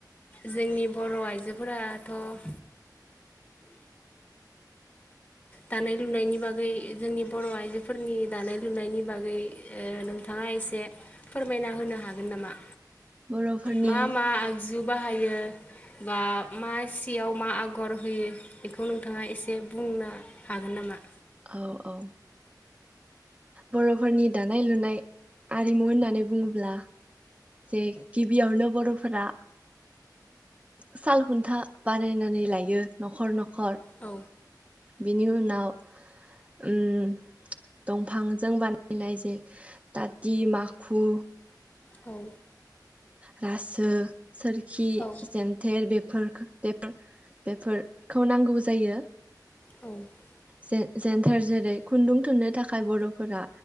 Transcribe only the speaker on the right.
बर'फोरनि
औ - औ बर'फोरनि दानाय लुनाय आरिमु होननानै बुङोब्ला जे गिबियावनो बर'फोरा साल खुन्था बानायनानै लायो न'खर न'ख खर
बिनि उनाव ओम दंफांजों बानायनाय जे ताति माखु
रासो सोरखि
जेन्थेर बेफोरखो बेफोर बेफोरखौ नांगौ जायो
जे जेनथेर जेरै खुन्दुं थुननो थाखाय बर'फोरा